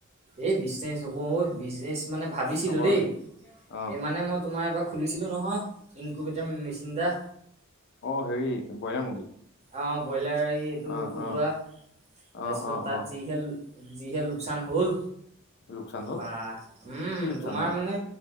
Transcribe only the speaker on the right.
এই বিজনেচ নকৰো অহ, বিজনেচ মানে ভাবিছিলোঁ
দেই।
এই মানে মই তোমাৰ এবাৰ খুলিছিলোঁ নহয়, ইনকুবেটাৰ মেচিন এটা।
অহ, ব্ৰইলাৰ এইটো
ফুটোৱা,
তাৰপিছত
তাত
যিহে যিহে লোকচান হ'ল
বা উম,
তোমাৰ
মানে